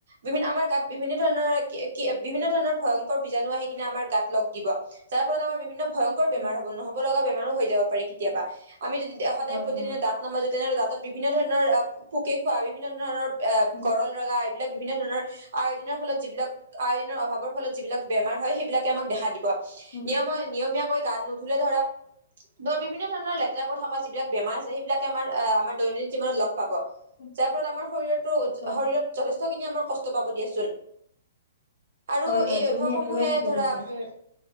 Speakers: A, on the right (about 65°); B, on the left (about 55°).
A: বিভিন্ন আমাৰ গাত বিভিন্ন ধৰণৰ কিয়ে কিয়ে বিভিন্ন ধৰণৰ ভয়ংকৰ বীজাণু আহি কিনে আমাৰ তাত লগ দিব যাৰ ফলত আমাৰ বিভিন্ন ভয়ংকৰ বেমাৰ
B: উম,
A: হ'ব, নহ'ব লগা বেমাৰো হৈ যাব পাৰি কেতিয়াবা। আমি যদি দেও সদায়
B: হয়,
A: প্ৰতিদিনে
B: হয়,
A: দাঁত নামাজো তেনেহ'লে দাঁতত বিভিন্ন ধৰণৰ আ, পোকে খোৱা বিভিন্ন ধৰণৰ <unintelligible>
B: উম,
A: কৰল ৰগা এইবিলাক বিভিন্ন ধৰণৰ আয়দিনৰ ফলত যিবিলাক আয়দিনৰ অভাৱৰ ফলত যিবিলাক বেমাৰ হয় সেইবিলাক তে আমাক দেখা দিব।
B: উম,
A: নিয়মই নিয়মীয়াকৈ গা নুধুলে ধৰা দৰ বিভিন্ন ধৰনৰ লেতেৰাকৈ থকা যিবিলাক বেমাৰ আছে সেইবিলাকে আমাৰ আ, আমাৰ দৈনন্দিন জীৱনত লগ পাব,
B: উম,
A: যাৰ ফলত আমাৰ শৰীৰটো
B: হয়,
A: শৰীৰত যথেষ্টখিনি আমাৰ কষ্ট পাব দিয়াচোন, আৰু
B: হয়, হয়,
A: এই
B: তুমি
A: অভ্যাসমূহে
B: একেবাৰে ঠিকে কৈছা।
A: উম,